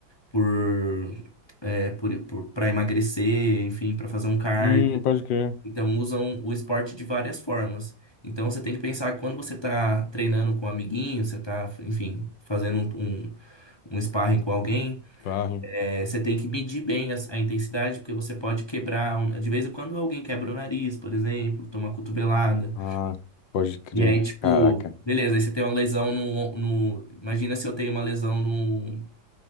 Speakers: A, on the left (about 30°); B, on the left (about 75°).
A: por, é, por, por, para emagrecer, enfim, para fazer um cardio.
B: Hum, pode crer.
A: Então, usam o esporte de várias formas. Então, você tem que pensar que quando você tá treinando com um amiguinho, você tá, enfim, fazendo um, um um sparring com alguém,
B: Parre.
A: é, Você tem que medir bem a, a intensidade, porque você pode quebrar. um- De vez em quando alguém quebra o nariz, por exemplo, toma uma cotovelada.
B: Ah, pode crer.
A: E aí, tipo,
B: Caraca.
A: beleza, aí você tem uma lesão no, no. Imagina se eu tenho uma lesão no,